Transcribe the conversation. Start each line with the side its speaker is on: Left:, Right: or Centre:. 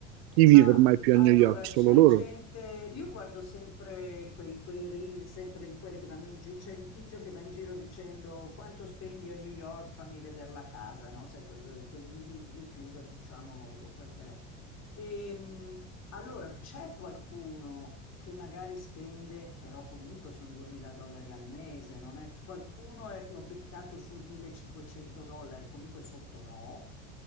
Right: chi
Left: Ma
Right: vive ormai più
Left: allora
Right: a New York? Solo
Left: c'è
Right: loro.
Left: gente, io guardo sempre quei, quei reel, sempre di quelli che vanno in giro, c'è un tizio che va in giro dicendo quanto spendi a New York, fammi vedere la casa, no? Sai, quelli, quelli- quegli you- youtuber, diciamo, o quel che è. Ehm, allora, c'è qualcuno che magari spende, però comunque sono 2000 dollari al mese, non è? Qualcuno è, ho beccato sul 1500 dollari, comunque sotto no.